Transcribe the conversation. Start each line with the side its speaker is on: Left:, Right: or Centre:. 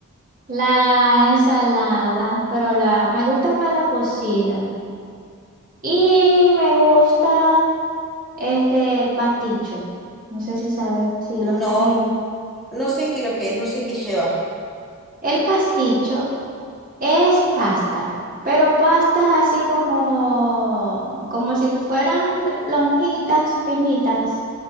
Right: La ensalada, pero la, me gusta más la cocida. Y me gusta este, el pasticho. No sé si sabes, si lo has comido.
Centre: No, no sé qué lo que es, no sé qué lleva.
Right: El pasticho es pasta, pero pastas así como, como si fueran lonjitas finitas,